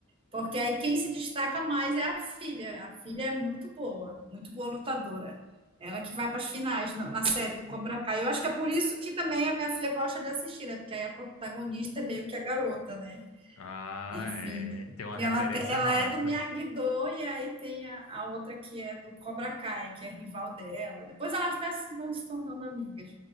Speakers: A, on the right; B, on the left.
A: Porque aí quem se destaca mais é a filha. A filha é muito boa, muito boa lutadora. Ela que vai para as finais no- na série do Cobra Kai. Eu acho que é por isso que também a minha filha gosta de assistir, né? Porque aí a protagonista é meio que a garota, né?
B: Ah,
A: Enfim.
B: é. Tem uma
A: E
B: referência
A: ela, te- ela
B: massa.
A: é do Miyagi-Do e aí tem a, a outra que é do Cobra Kai, que é rival dela. Depois elas até se- vão se tornando amigas.